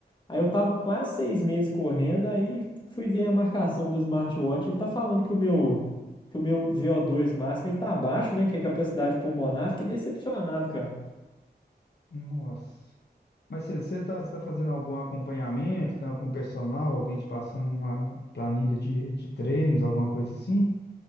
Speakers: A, on the left (about 25°); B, on the left (about 75°).
A: Aí eu tava quase seis meses correndo, aí fui ver a marcação do smartwatch. Ele tá falando que o meu, que o meu VO2 máximo ele tá abaixo, né? Que é a capacidade pulmonar. Fiquei decepcionado, cara.
B: nossa. Mas você você tá, você tá fazendo algum acompanhamento? Tem algum personal? Alguém te passando uma planilha de, de treinos, alguma coisa assim?